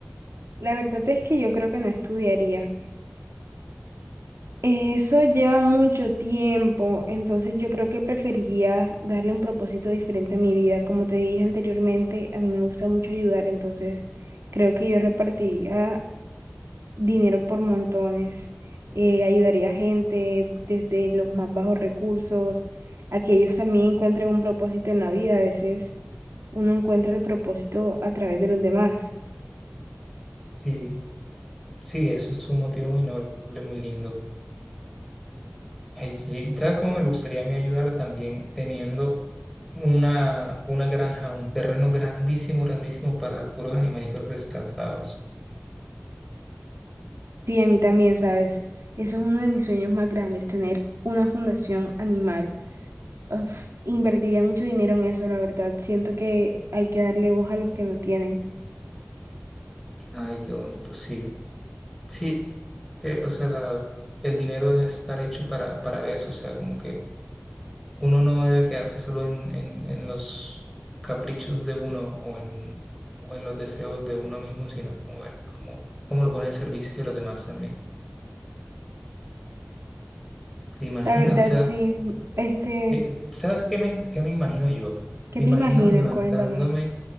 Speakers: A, on the right; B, in the centre.
A: la verdad es que yo creo que no estudiaría. Eso lleva mucho tiempo, entonces yo creo que preferiría darle un propósito diferente a mi vida. Como te dije anteriormente, a mí me gusta mucho ayudar, entonces creo que yo repartiría dinero por montones, eh, ayudaría a gente desde los más bajos recursos, a que ellos también encuentren un propósito en la vida. A veces uno encuentra el propósito a través de los demás.
B: Sí, sí, eso es un motivo muy noble, muy lindo. Ay, sí, ¿sabes cómo me gustaría a mí ayudar también teniendo una, una granja, un terreno grandísimo, grandísimo para puros animalitos rescatados?
A: Sí, a mí también, ¿sabes? Eso es uno de mis sueños más grandes, tener una fundación animal Uf, invertiría mucho dinero en eso, la verdad. Siento que hay que darle voz a los que no tienen.
B: Ay, qué bonito, sí. Sí, que, o sea, la- el dinero debe estar hecho para, para eso, o sea, como que uno no debe quedarse solo en, en- en los caprichos de uno o en, o en los deseos de uno mismo, sino como ver cómo, cómo lo pone en servicio de los demás también. ¿Te imaginas?
A: La verdad,
B: O sea,
A: sí. Este,
B: eh, ¿sabes qué me, qué me imagino yo?
A: ¿qué
B: Me
A: te
B: imagino
A: imaginas?
B: levantándome,
A: Cuéntame.